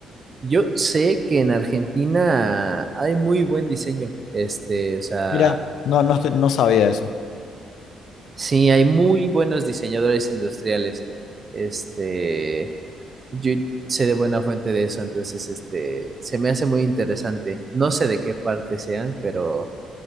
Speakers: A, on the right (about 35°); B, on the left (about 75°).
A: Yo sé que en Argentina hay muy buen diseño, este, o sea,
B: Mira, no, no, estoy- no sabía eso.
A: sí, hay muy buenos diseñadores industriales. Este, yo sé de buena fuente de eso, entonces, este, se me hace muy interesante. No sé de qué parte sean, pero...